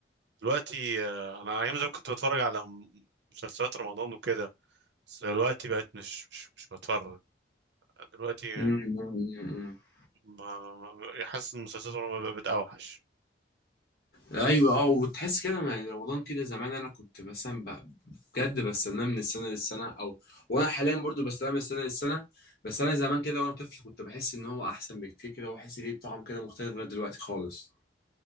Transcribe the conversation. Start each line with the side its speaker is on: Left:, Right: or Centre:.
Right: دلوقتي آه، انا ايام زمان كنت بتفرج على م- مسلسلات رمضان وكده بس دلوقتي بقيت مش مش مش بتفرج دلوقتي
Left: <laughs>
Right: آه، ما ما- ما- حاسس ان مسلسلات رمضان بقت اوحش
Left: ايوه اه وتحس كده يعني رمضان كده زمان انا كنت مثلا ب- بجد بستناه من السنه للسنه او وانا حاليا برضو بستناه من السنه للسنه بس انا زمان كده وانا طفل كنت بحس ان هو احسن بكتير كده واحس ليه طعم كده مختلف غير دلوقتي خالص